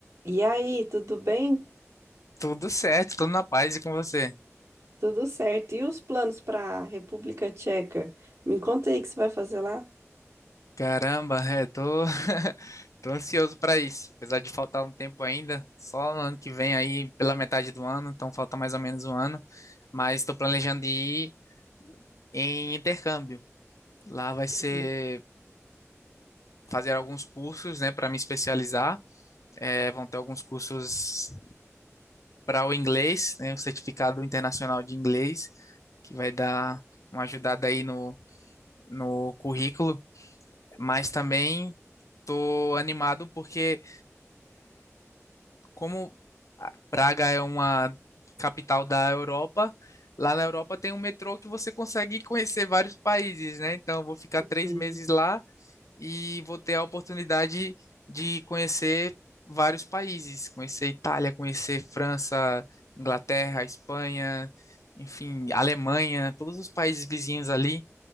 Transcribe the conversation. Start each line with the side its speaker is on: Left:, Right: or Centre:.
Right: E aí, tudo bem?
Left: Tudo certo, tudo na paz e com você.
Right: Tudo certo. E os planos para a República Tcheca? Me conta aí o que você vai fazer lá.
Left: Caramba, é, tô, <laughs> tô ansioso para isso. Apesar de faltar um tempo ainda, só no ano que vem aí, pela metade do ano, então falta mais ou menos um ano. Mas estou planejando ir em intercâmbio. Lá vai ser
Right: Uhum,
Left: fazer alguns cursos, né, para me especializar. É, vão ter alguns cursos para o inglês, né, o certificado internacional de inglês, que vai dar uma ajudada aí no, no currículo. Mas também Tô animado porque, como Praga é uma capital da Europa, lá na Europa tem um metrô que você consegue conhecer vários países, né? Então, eu vou ficar
Right: uhum.
Left: três meses lá e vou ter a oportunidade de conhecer vários países, conhecer Itália, conhecer França, Inglaterra, Espanha, enfim, Alemanha, todos os países vizinhos ali.